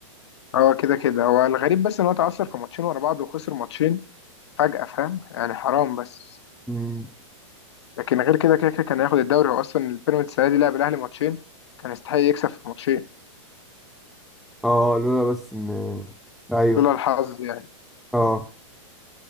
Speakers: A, on the left; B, in the centre.
A: اه كده كده هو الغريب بس إن هو اتعثر في ماتشين ورا بعض وخسر ماتشين فجأة فاهم يعني حرام بس
B: مم.
A: لكن غير كده كده كده كان هياخد الدوري هو اصلا البيراميدز السنه دي لعب الاهلي ماتشين كان يستحق يكسب في الماتشين
B: اه لولا بس ان ايوه
A: لولا الحظ يعني
B: اه